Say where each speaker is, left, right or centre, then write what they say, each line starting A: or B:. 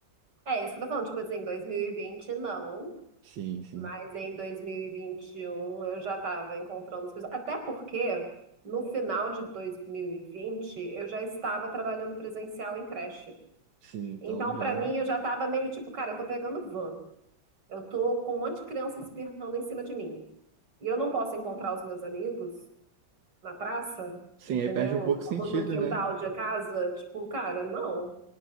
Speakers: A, on the right; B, on the right.
A: É isso que eu tô falando, tipo assim, em 2020 não,
B: Sim, sim.
A: mas em 2021 eu já tava encontrando as pessoas. Até porque no final de 2020 eu já estava trabalhando presencial em creche.
B: Sim, então
A: Então, pra
B: já.
A: mim, eu já tava meio tipo, cara, eu tô pegando van. Eu tô com um monte de criança espirrando em cima de mim. E eu não posso encontrar os meus amigos na praça,
B: Sim,
A: entendeu?
B: aí perde um pouco o sentido,
A: Ou No quintal
B: né?
A: de casa. Tipo, cara, não.